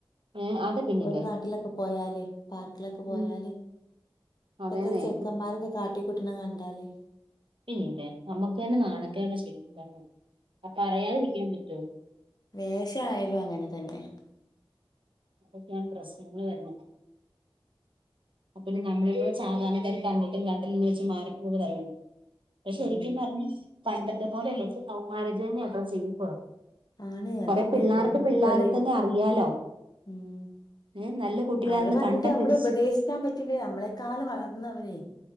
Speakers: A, on the right; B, on the left.
A: ഏഹ് അത് പിന്നില്ലേ
B: ഒരുഓ നാട്ടിലൊക്കെ പോയാലേ പാർക്കിലൊക്കെ പോയാല്
A: ഉം
B: ഇപ്പത്തെ
A: അതേന്നെ
B: ചെക്കന്മാരൊക്കെ കാട്ടിക്കൂട്ടണ കണ്ടാലേ
A: പിന്നെല്ലേ നമ്മുക്ക് തന്നെ നാണക്കക്കെ
B: ഉം.
A: ശരിക്കും പറഞ്ഞു അപ്പൊ അറിയാതിരിക്കാൻ പറ്റോ
B: വേഷ ആാലും അങ്ങനെ തന്നെ
A: അതൊക്കെ ഞാൻ പ്രശ്നങ്ങൾ വരുന്ന അപ്പന്നെ നമ്മളിപ്പോ സാധാരണക്കാെ കണ്ടിട്ടും കണ്ടിൽ നിന്ന് വെച്ച് മാറി പോവ പറയൂ പെ
B: ഉം
A: ശരിക്കും പറഞ്ഞഞ് പണ്ടത്തെ പോലെല്ലേ സൗമാരജനെയൊക്കെ ചെയ്യ ഇപ്പോ
B: ആണ് അതന്നെ
A: കൊറെ പിള്ളേർക്ക്
B: ചെറിയ മക്കള്
A: പിള്ളേരെ തന്നെ അറിയാലോ
B: ഉം
A: ആ നല്ല കുട്ടികളാെന്ന്
B: അവരെ പറഞ്ഞിട്ട്
A: കണ്ടാ
B: നമ്മൾ
A: തിരിച്ച
B: ഉപദേശിക്കാൻ പറ്റില്ല നമ്മളെക്കാളും വളർന്നവരെ